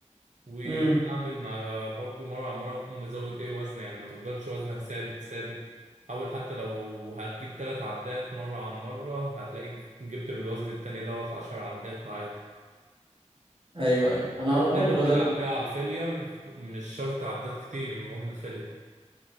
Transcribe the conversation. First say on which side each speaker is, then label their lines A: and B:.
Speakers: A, on the right (about 85°); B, on the right (about 45°).
A: وتعمل
B: امم
A: مع برضه مرة على مرة تقوم مزود ايه وزن يعني ما تفضلش وزنك ثابت ثابت حاول حتى لو هتجيب تلات عدات مرة عن مرة هتلاقيك جبت بالوزن التاني دوت عشر عدات وعادي
B: ايوه ايوه ما انا
A: حاول
B: برضو
A: دايما
B: بزود
A: تلعب فيها على الفيلير مش شرط عدات كتير المهم الفيلير